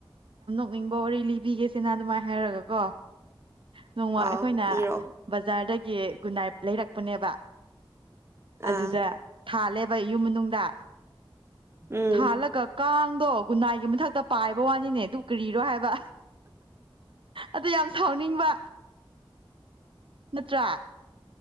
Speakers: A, on the right; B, on the right.
A: ꯅꯤꯡꯕ ꯋꯥꯔꯤ ꯂꯤꯕꯤꯒꯦꯁ‌ꯦ ꯅꯪ ꯑꯗꯨꯃꯥꯏꯅ ꯍꯥꯏꯔꯒ꯫ ꯀꯣ ꯅꯣꯡꯃ
B: ꯑꯥꯎ
A: ꯑꯩꯈꯣꯏꯅ
B: ꯂꯤꯔꯛꯑꯣ
A: ꯕꯖꯥꯔꯗ꯫ ꯒꯤ ꯒꯨꯅꯥꯏ ꯂꯩꯔꯛꯄꯅꯦꯕ ꯑꯗꯨꯗ
B: ꯑꯥ
A: ꯊꯥꯜꯂꯦꯕ ꯏꯨꯝ ꯃꯅꯨꯡꯗ
B: ꯎꯝ
A: ꯊꯥꯜꯂꯒ ꯀꯥꯡꯗꯣ ꯒꯨꯅꯥꯏꯒꯤ ꯃꯊꯛꯇ ꯄꯥꯏꯕ ꯋꯥꯅꯤꯅꯦ ꯑꯗꯨ ꯀꯔꯤꯔꯣ ꯍꯥꯏꯕ ꯑꯗꯨ ꯌꯥꯝ ꯁꯥꯎꯅꯤꯡꯕ ꯅꯠꯇ꯭ꯔꯥ